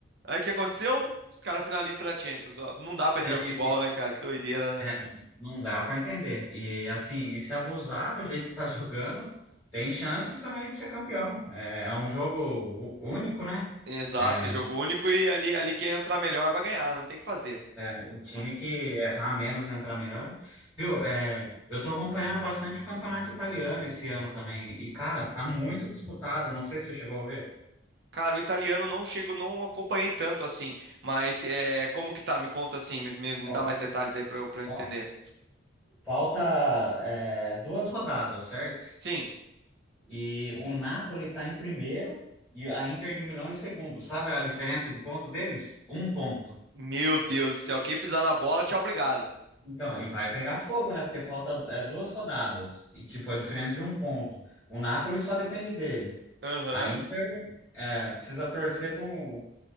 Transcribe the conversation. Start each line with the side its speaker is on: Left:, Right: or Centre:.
Right: Aí o que aconteceu? Os caras finalistas da Champions. Ó, Não dá pra
Centre: É,
Right: entender o futebol,
Centre: e,
Right: né, cara? Que doideira, né?
Centre: É, não dá para entender. E assim, e se abusar do jeito que tá <laughs> jogando, tem chances também de ser campeão. É, é um jogo ú- único, né?
Right: Exato,
Centre: É,
Right: jogo único e ali, ali quem entrar melhor vai ganhar, não tem o que fazer.
Centre: é, o time
Right: Hum,
Centre: que errar menos entrar melhor. Viu? É, eu tô acompanhando bastante o campeonato italiano esse ano também. E, cara, tá muito disputado. Não sei se você chegou a ver.
Right: Cara, o italiano não chego, não acompanhei tanto assim, mas é, como que tá? Me conta assim, me, me- me
Centre: Ó,
Right: dá mais detalhes aí pra eu, pra eu entender.
Centre: ó, falta, é, duas rodadas, certo?
Right: Sim,
Centre: E o Napoli está em primeiro e a Inter de Milão em segundo. Sabe a diferença de ponto deles? Um ponto.
Right: meu Deus do céu, quem pisar na bola, tchau, obrigado.
Centre: Então, e vai pegar fogo, né? Porque falta é, duas rodadas. E, tipo, a diferença de um ponto. O Napoli só depende dele.
Right: Aham.
Centre: A Inter é, precisa torcer por, um-